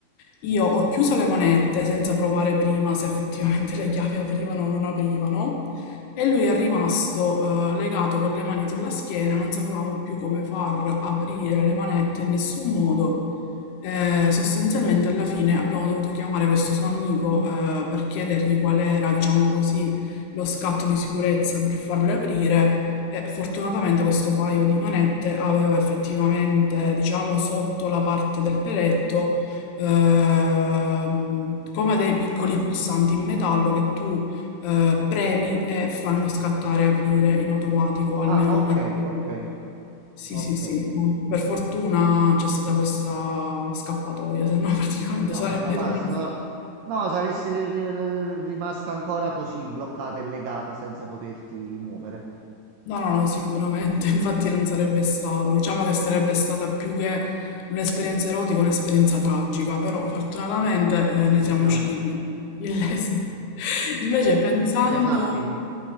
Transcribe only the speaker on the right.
Ah,
ok,
ok,
ok.
No,
meno male,
se no... No, saresti ri- ri- rimasta ancora così bloccata e legata senza poterti muovere.
Effettivamente.
Quello è un attimo.